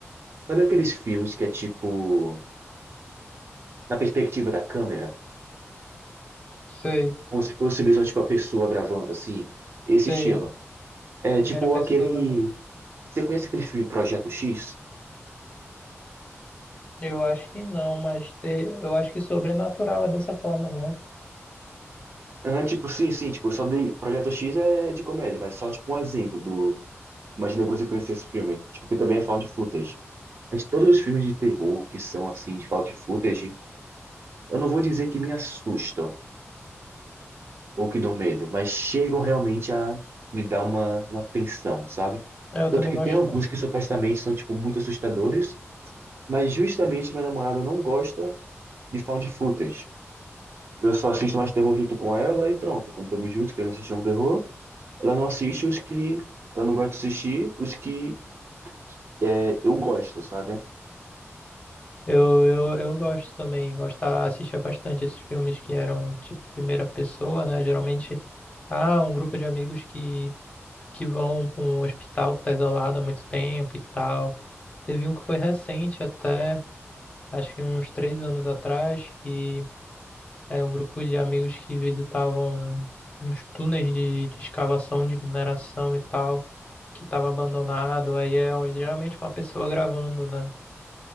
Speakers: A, on the right; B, on the left.
A: Sabe aqueles filmes que é tipo, na perspectiva da câmera,
B: Sei,
A: como se fosse mesmo tipo a pessoa gravando assim? Esse
B: sei.
A: estilo. É
B: Primeira
A: tipo
B: pessoa,
A: aquele.
B: né?
A: Você conhece aquele filme Projeto X?
B: Eu acho que não, mas te- eu acho que sobrenatural é dessa forma, não é?
A: Ah, tipo, sim, sim, tipo, só dei. Projeto X é de comédia, mas só tipo um exemplo do. Imagina que você conhecesse esse filme. Tipo, que também é found footage. Mas todos os filmes de terror que são assim, de found footage, eu não vou dizer que me assustam ou que dão medo, mas chegam realmente a me dar uma, uma tensão, sabe?
B: É, Eu
A: Tanto
B: também
A: que
B: gosto.
A: tem alguns que supostamente são, tipo, muito assustadores, mas justamente minha namorada não gosta de found footage. Eu só assisto mais terror junto com ela e pronto. Quando estamos juntos, querendo assistir um terror. Ela não assiste os que ela não gosta de assistir, os que é, eu gosto, sabe?
B: Eu, eu, eu gosto também, gostava, assistia bastante esses filmes que eram tipo primeira pessoa, né? Geralmente há um grupo de amigos que, que vão para um hospital que está isolado há muito tempo e tal. Teve um que foi recente até, acho que uns três anos atrás, que era um grupo de amigos que visitavam uns túneis de, de escavação de mineração e tal, que estava abandonado. Aí é geralmente uma pessoa gravando, né?